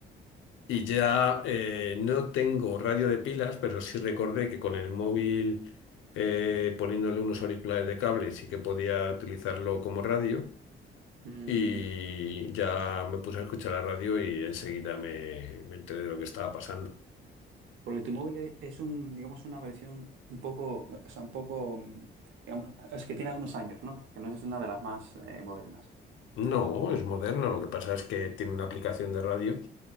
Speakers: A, on the left (about 80°); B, on the right (about 75°).
A: Y ya eh, no tengo radio de pilas, pero sí recordé que con el móvil eh, poniéndole unos auriculares de cable sí que podía utilizarlo como radio.
B: Mm,
A: Y ya me puse a escuchar la radio y enseguida me, me enteré de lo que estaba pasando.
B: porque tu móvil e- es un, digamos, una versión un poco, o sea, un poco, mm, digamos, es que tiene algunos años, ¿no? Que no es una de las más eh, modernas,
A: No,
B: tu móvil.
A: es moderno. Lo que pasa es que tiene una aplicación de radio